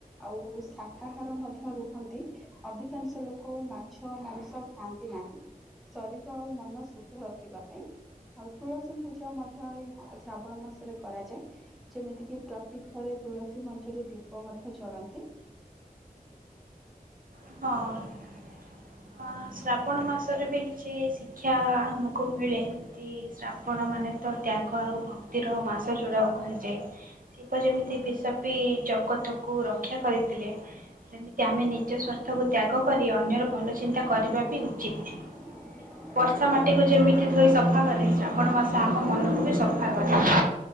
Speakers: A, in the centre; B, on the right.
A: ଆଉ ଶାକାହାର ମଧ୍ୟ ରୁହନ୍ତି। ଅଧିକାଂଶ ଲୋକ ମାଛ ମାଂସ ଖାଆନ୍ତି ନାହିଁ। ଶରୀର ଆଉ ମନ ଶୁଦ୍ଧ ରଖିବା ପାଇଁ। ଆଉ ତୁଳସୀ ପୂଜା ମଧ୍ୟ ଏଇ ଶ୍ରାବଣ ମାସରେ କରାଯାଏ। ଯେମିତି କିି ପ୍ରତି ଘରେ ତୁଳସୀ ମଞ୍ଚରେ ଦୀପ ମଧ୍ୟ ଜଳାନ୍ତି।
B: ହଁ। ହଁ ଶ୍ରାବଣ ମାସରେ ବି କିଛି ଶିକ୍ଷା ଆମକୁ ମିଳେ ଏମତି ଶ୍ରାବଣ ମାନେ ତ ତ୍ୟାଗ ଆଉ ଭକ୍ତିର ମାସ ଯୋଡ଼ାକୁ କୁହାଯାଏ। ଶିବ ଯେମିତି ବିଷପି ଜଗତକୁ ରକ୍ଷା କରିଥିଲେ। ସେମିତି ଆମେ ନିଜ ସ୍ଵାର୍ଥକୁ ତ୍ୟାଗ କରି ଅନ୍ୟର ଭଲ ଚିନ୍ତା କରିବା ବି ଉଚିତ୍।
A: ହ
B: ବର୍ଷା ମାଟିକୁ ଯେମିତି ଧୋଇ ସଫା କରେ ଶ୍ରାବଣ ମାସ ଆମ ମନକୁ ବି ସଫା କରେ।